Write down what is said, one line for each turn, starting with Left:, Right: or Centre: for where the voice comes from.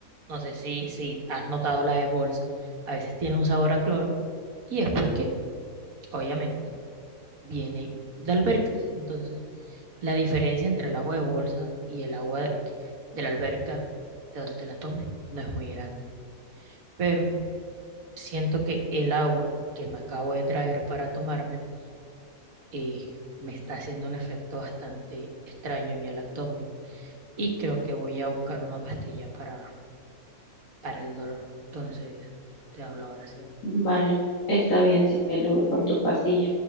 Right: No sé si, si has notado la de bolsa. A veces tiene un sabor a cloro. Y es porque, obviamente, viene de albercas. Entonces, la diferencia entre el agua de bolsa y el agua de, de la alberca, de donde te la tomes, no es muy grande. Pero siento que el agua que me acabo de traer para tomármela eh, me está haciendo un efecto bastante extraño en el abdomen y creo que voy a buscar una pastilla para, para el dolor. Entonces, te hablo ahora sí.
Left: Vale, está bien, cielo, voy por tu pastilla.